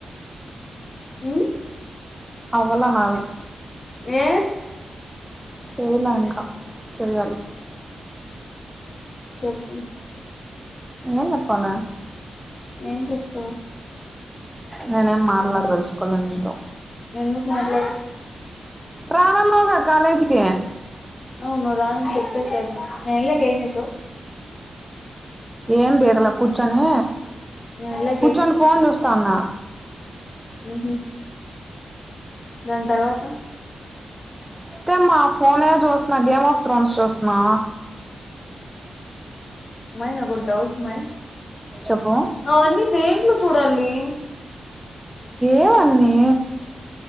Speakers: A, on the left; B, in the centre.
A: అ
B: అవ్వలా నావి
A: ఏ
B: చేయల ఇంకా చెయ్యాలి
A: చెప్పు
B: ఏంజెప్పాల
A: ఏం చెప్పు
B: నేనేం మాట్లాడదల్చుకోల నీతో
A: ఎందుకు మాట్లాడవు
B: రానానావుగా కాలేజికి
A: అవును నువ్వు రానని చెప్పేసాగా ఎల్లకేంస్తావ్
B: ఏం! !!!!!!!!! కూర్చొని
A: నేను వెళ్ళాక
B: కూర్చొని ఫోన్ చూస్తాన్నా
A: ఉహూ దాని తర్వాత
B: <unintelligible> మా ఫోనే ఏ చూస్తున్నా గేమ్ ఆఫ్ త్రోన్స్ చూస్తన్నా
A: మై నాగో డౌట్ మై
B: చెప్పు
A: అవన్నీ దేంట్లో చుడండి
B: ఏవన్నీ